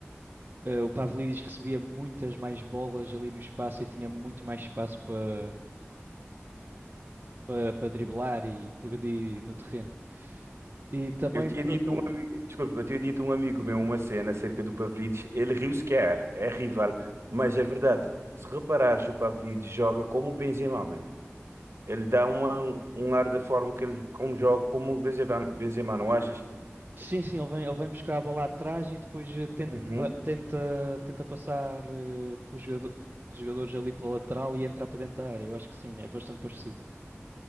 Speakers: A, on the right; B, on the right.
A: eh, o Pavlidis recebia muitas mais bolas ali no espaço e tinha muito mais espaço para para para driblar e progredir no terreno. E também,
B: Eu tinha
A: pro-
B: dito um, ami- desculpa, eu tinha dito um amigo meu uma cena acerca do Pavlidis, ele riu-se que é, é rival, mas é verdade. Se reparares, o Pavlidis joga como o Benzema, mano. Ele dá uma, um ar da forma que ele como joga como o Benzema, Benzema, não achas?
A: Sim, sim, ele vem, ele vem buscar a bola atrás e depois eh, tenta,
B: Uhum.
A: va- tenta, tenta passar eh, pelos jogador- pelos jogadores ali pela lateral e entrar para dentro da área. Eu acho que sim, é bastante parecido.